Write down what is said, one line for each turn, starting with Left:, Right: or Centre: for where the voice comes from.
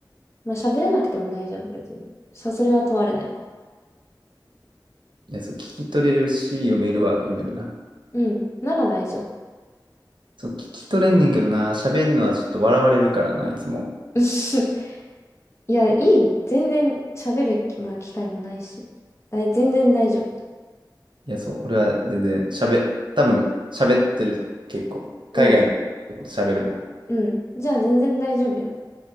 Left: まあ、喋れなくても大丈夫、別に。そ、それは問われないわ。
Right: いや、そう、聞き取れるし、読めるは読めるな。
Left: うん、なら大丈夫。
Right: そう、聞き取れんねんけどな、喋んのはちょっと笑われるからな、いつも。
Left: <laughs> いや、いい、全然喋る、まあ、機会もないし。だい、全然大丈夫。
Right: いや、そう、俺は全然喋、多分喋ってるで、結構。海外のこと喋るもん。
Left: うん、うん。じゃあ、全然大丈夫よ。